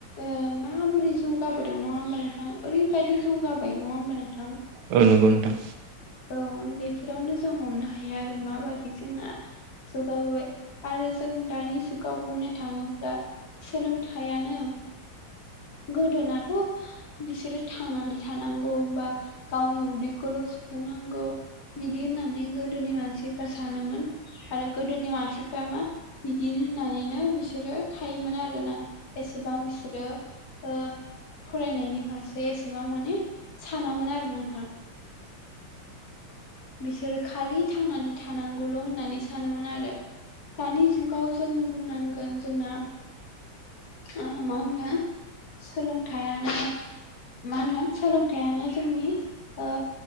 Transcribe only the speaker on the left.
ओ माबोरै जौगाबोदों नङा होमबा नोंथां ओरैबायदि जौगाबाय नङा होमबा नोंथां।
औ बेफोरावनो जों हमनो हायो आरो माबादि जोंना जौगाबोबाय आरो जों दानि जुगाव बुंनो थाङोब्ला सोलोंथायानो गोदोनाथ' बिसोरो थांनानै थानांगौ बा गावनि उदैखौल' सुफुंनांगौ बिदि होननानै गोदोनि मानसिफ्रा सानोमोन आरो गोदोनि मानसिफ्रा मा बिदि होननानैनो बिसोरो थायोमोन आरोना एसेबां बिसोरो ओ फरायनायनि फारसे एसेबां माने सानामोन आरो नोंथां। बिसोरो खालि थांनानै थानांगौल' होननानै सानोमोन आरो। दानि जुगाव जों बुंनांगोन जोंना ओ मा होनगोन सोलोंथाइआनो मा होनगोन सोलोंथाइयानो जोंनि ओ